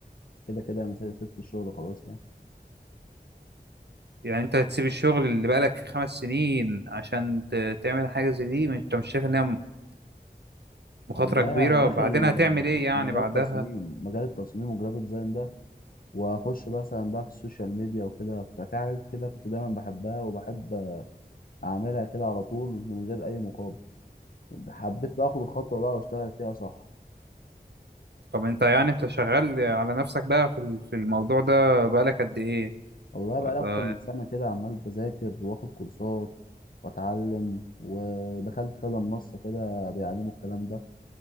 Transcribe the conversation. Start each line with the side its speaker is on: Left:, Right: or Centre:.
Left: كده كده انا سيب- سبت الشغل خلاص يعني
Right: يعني انت هتسيب الشغل اللي بقالك فيه خمس سنين عشان ت... تعمل حاجة زي دي مش- انت مش شايف انها مخاطرة
Left: والله
Right: كبيرة
Left: انا داخل
Right: بعدين هتعمل ايه يعني
Left: في مجال
Right: بعدها
Left: تصميم مجال التصميم والجرافيك ديزاين ده واخش مثلا بقى في السوشيال ميديا وكده ففي حاجات كده كنت دايما بحبها وبحب اعملها كده على طول من غير اي مقابل حبيت بقى اخد الخطوه بقى واشتغل فيها صح
Right: طب انت يعني انت شغال على نفسك بقى في ال- في الموضوع ده بقالك قد ايه
Left: والله بقى
Right: ولا
Left: لي اكتر من سنه كده عمال بذاكر واخد كورسات واتعلم ودخلت كذا منصه كده بيعلموا الكلام ده